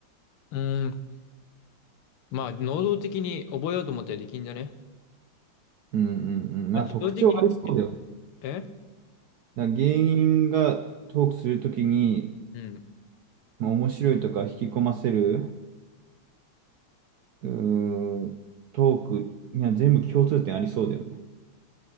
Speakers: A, on the left (about 85°); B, on the right (about 75°).
A: うーん。まあ、能動的に覚えようと思ったらできんじゃね
B: うんうんうん。まあ特徴ありそうだよね。
A: まあ、自動的にえ
B: だから芸人がトークするときに、
A: うん。
B: まあ、面白いとか引き込ませる、うーん、トークには全部共通点ありそうだよね。